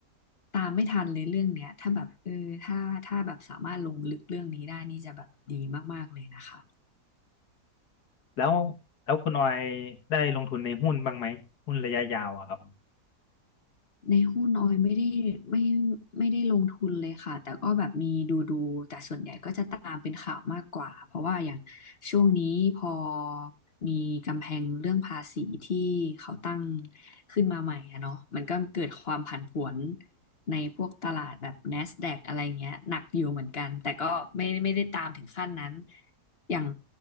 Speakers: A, on the left; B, on the left.
A: ตามไม่ทันเลยเรื่องเนี้ยถ้าแบบเออถ้าถ้าแบบสามารถลงลึกเรื่องนี้ได้ นี่จะแบบดีมากๆเลยนะคะ
B: แล้วแล้วคุณออยได้ลงทุนในหุ้นบ้างไหมหุ้นระยะยาวอะครับ
A: ในหุ้นออยไม่ได้ไม่ไม่ได้ลงทุนเลยค่ะแต่ก็แบบมีดูดูแต่ส่วนใหญ่ก็จะตามเป็นข่าวมากกว่าเพราะว่าอย่างช่วงนี้พอมีกำแพงเรื่องภาษีที่เขาตั้งขึ้นมาใหม่อะเนาะมันก็เกิดความผันผวนในพวกตลาดแบบ NASDAQ อะไรเงี้ยหนักอยู่เหมือนกันแต่ก็ไม่ไม่ได้ตามถึงขั้นนั้นอย่าง